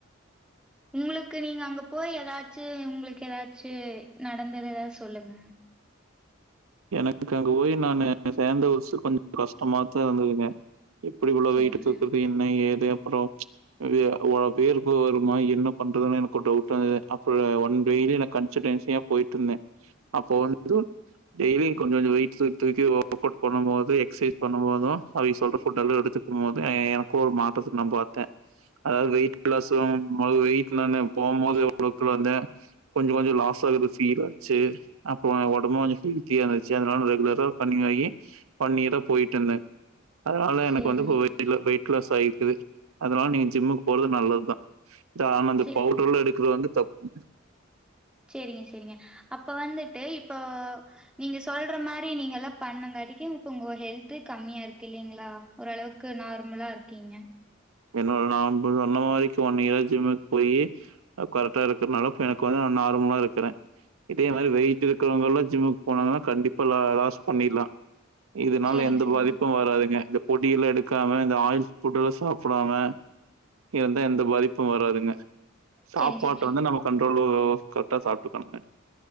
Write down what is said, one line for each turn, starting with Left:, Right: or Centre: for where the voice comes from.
Centre: உங்குளுக்கு நீங்க அங்க போய் எதாச்சு உங்குளுக்கு எதாச்சு நடந்தது எதாவது சொல்லுங்க.
Right: எனக்கு அங்க போய் நானு சேந்த <inaudible> கொஞ்சோ கஷ்டமாத்தா இருந்துதுங்க. எப்பிடி இவ்ளோ
Centre: சரிங்க,
Right: வெய்ட்டு தூக்கறது என்ன ஏது அப்புறோ வே வ வேல்கு வருமா என்ன பண்றதுனு எனக்கு ஒரு டவுட்டாந்தது அப்புற ஒன் டெய்லி நா கன்சிடென்சியா போய்ட்டுந்தே அப்போ வந்து டெய்லி கொஞ்சோ கொஞ்சோ வெய்ட் தூக் தூக்கியே ஒர்க்கவுட் பண்ணும் போது எக்சைஸ் பண்ணும் போது அவிய சொல்ற ஃபுட்டல்லா எடுத்துக்கு மோத் அ எ எ எனக்கு ஒரு மாற்றத்துக்கு நா பாத்தே அதாவது வெயிட் லாசாவும்போது வெய்ட் நானு போம்போது எவ்ளோ கிலோ இந்தே. கொஞ்சோ கொஞ்சோ லாஸ் ஆகுறது ஃபீல் ஆச்சு அப்பமே ஒடம்பு கொஞ்சோ ஃபீல் தியாந்துச்சு அதனால் நா ரெகுலரா கன்னியுவாயி <unintelligible> போய்ட்டுந்தே. அதனால எனக்கு
Centre: சரிங்க.
Right: வந்து இப்ப வெயிட்ல வெயிட் லாஸ் ஆயிக்குது அதனால நீங்க ஜிம்முக்கு போறது நல்லதுதா. இது ஆனா இந்த
Centre: சே
Right: பவுடர்லா எடுக்கறது வந்து தப்பு.
Centre: சேரிங்க சேரிங்க அப்ப வந்துட்டு இப்போ நீங்க சொல்ற மாரி நீங்க எல்லா பண்ணங்காட்டிக்கு இப்ப உங்க ஹெல்த்து கம்மியா இருக்கு இல்லீங்ளா. ஒரளவுக்கு நார்மலா இருக்கீங்க.
Right: என்னோடது நா இப்ப சொன்ன மாரி இப்ப ஒன் இயரா ஜிம்முக் போயி அ கரெக்ட்டா இருக்கற்னால இப்ப எனக்கு வந்து நா நார்மலா இருக்கறே. இதே மாரி வெயிட் இருக்கறவங்கள்லா ஜிம்முக் போனாங்கனா கண்டிப்பா லா லாஸ் பண்ணிர்லா. இதுனால
Centre: சேரிங்
Right: எந்த
Centre: சேரிங்க
Right: பாதிப்பு வராதுங்க இந்த பொடியெல்லா எடுக்காம இந்த ஆயில்ஸ் ஃபுட்டெல்லா சாப் படாம இருந்தா எந்த பாதிப்பு வராதுங்க சாப்பாட்ட
Centre: சேரிங் சேரி
Right: வந்து நம்ம கன்ட்ரோலு கரட்டா சாப்ட்டுக்கணுங்க.